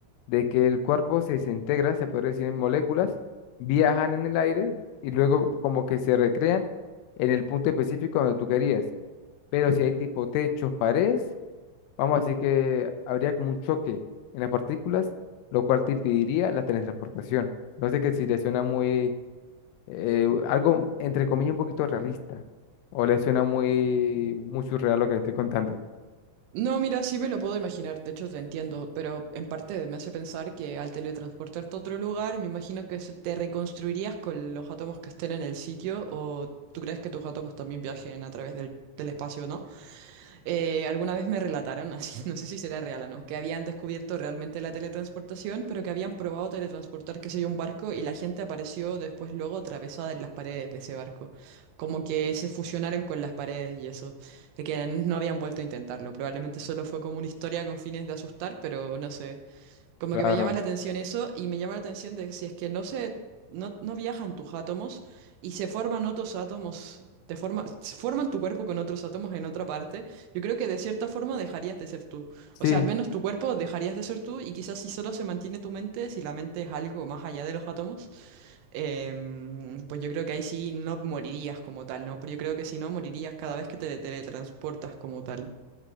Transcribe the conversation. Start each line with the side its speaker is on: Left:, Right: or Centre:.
Left: de que el cuerpo se desintegra, se podría decir, en moléculas, viajan en el aire y luego como que se recrean en el punto específico donde tú querías. Pero si hay tipo techos, paredes, vamos a decir que habría como un choque en las partículas, lo cual te impediría la teletransportación. No sé que si le suena muy, eh, algo entre comillas un poquito realista, o le suena muy, muy surreal lo que le estoy contando.
Right: No, mira, sí me lo puedo imaginar, de hecho te entiendo, pero en parte me hace pensar que al teletransportarte a otro lugar, me imagino que se te reconstruirías con los átomos que estén en el sitio, o tú crees que tus átomos también viajen a través del, del espacio, ¿no? Eh, alguna vez me relataron, así, <laughs> no sé si será real o no, que habían descubierto realmente la teletransportación, pero que habían probado teletransportar, qué sé yo, un barco y la gente apareció después luego atravesada en las paredes de ese barco. Como que se fusionaron con las paredes y eso. De que no habían vuelto a intentarlo. Probablemente solo fue como una historia con fines de asustar, pero no sé. Como
Left: Claro.
Right: que me llama la atención eso y me llama la atención de si es que no se, no, no viajan tus átomos y se forman otros átomos, te forma, se forman tu cuerpo con otros átomos en otra parte, yo creo que de cierta forma dejarías de ser tú.
Left: Sí,
Right: O sea, al menos tu cuerpo dejarías de ser tú y quizás si solo se mantiene tu mente, si la mente es algo más allá de los átomos, em, pues yo creo que ahí sí no morirías como tal, ¿no? Pero yo creo que si no, morirías cada vez que te teletransportas como tal.